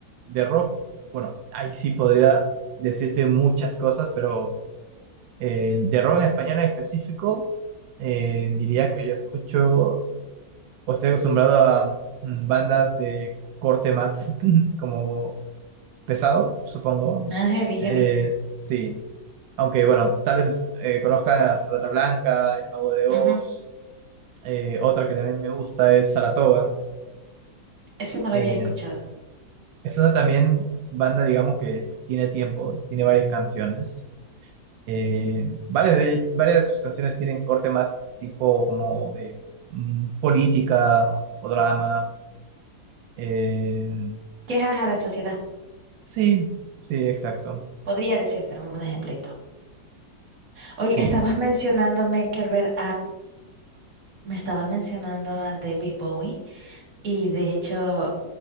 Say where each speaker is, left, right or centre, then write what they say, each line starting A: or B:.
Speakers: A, on the right; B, on the right.
A: de rock, bueno, ahí sí podría decirte muchas cosas, pero eh, de rock en español en específico, eh, diría que yo escucho o estoy acostumbrado a mm, bandas de corte más <laughs> como pesado, supongo.
B: Ah, heavy, heavy.
A: Eh, sí. Aunque bueno, tal vez eh, conozcas Rata Blanca, El Mago de
B: Ujú.
A: Oz, eh, otra que también me gusta es Saratoga.
B: Eso no lo
A: Eh,
B: había escuchado.
A: es una también banda, digamos, que tiene tiempo, tiene varias canciones. Eh, varias de, varias de sus canciones tienen corte más tipo como de mm, política o drama. Eh,
B: Quejas a la sociedad.
A: sí, sí, exacto.
B: Podría decirse un ejemplito. Oye,
A: Sí,
B: estabas mencionando, Maker, ver Me estaba mencionando a David Bowie y de hecho